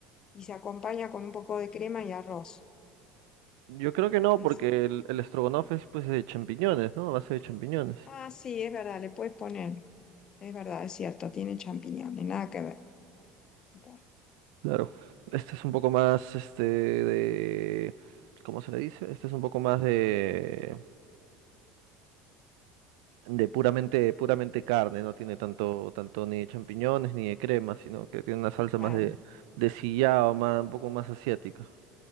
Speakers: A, on the left; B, on the right.
A: y se acompaña con un poco de crema y arroz.
B: Yo creo que no,
A: Es
B: porque
A: decir,
B: el, el estrogonoff es pues de champiñones, ¿no? A base de champiñones.
A: ah, sí, es verdad, le puedes poner, es verdad, es cierto, tiene champiñones, nada que ver. Bueno,
B: Claro. Este es un poco más, este, de... ¿Cómo se le dice? Este es un poco más de... de puramente, puramente carne, no tiene tanto, tanto ni de champiñones ni de crema, sino que tiene una salsa
A: claro.
B: más de, de sillao, más, un poco más asiática.